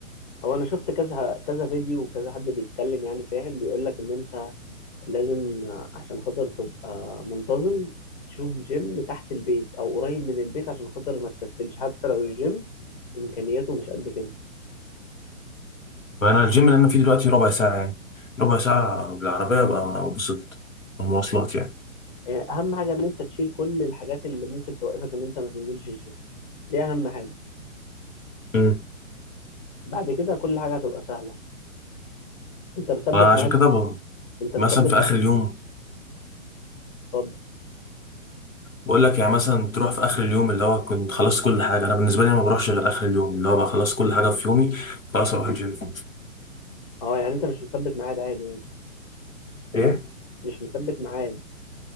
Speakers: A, on the left; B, on the left.
A: هو انا شفت كذا كذا فيديو وكذا حد بيتكلم يعني فاهم بيقول لك ان انت لازم عشان خاطر تبقى منتظم تشوف جيم تحت البيت او قريب من البيت عشان خاطر ما تكسلش حتى لو الجيم امكانياته مش قد كده
B: فأنا الجيم اللي أنا فيه دلوقتي ربع ساعة يعني ربع ساعة بالعربية بقى وصلت المواصلات
A: آه، اهم حاجه ان انت تشيل كل الحاجات اللي ممكن توقفك ان انت ما تنزلش الجيم دي اهم حاجه
B: يعني
A: بعد كده كل حاجه هتبقى سهله انت مثبت
B: فعشان
A: ميعاد
B: كده ب-
A: انت
B: مثلا
A: مثبت
B: في اخر اليوم
A: اتفضل
B: بقول لك يعني مثلا تروح في اخر اليوم اللي هو كنت خلصت كل حاجه انا بالنسبه لي أنا ما بروحش غير اخر اليوم اللي هو بقى خلصت كل حاجه في يومي خلاص اروح الجيم
A: اه يعني انت مش مثبت ميعاد عادي يعني
B: ايه
A: مش مثبت ميعاد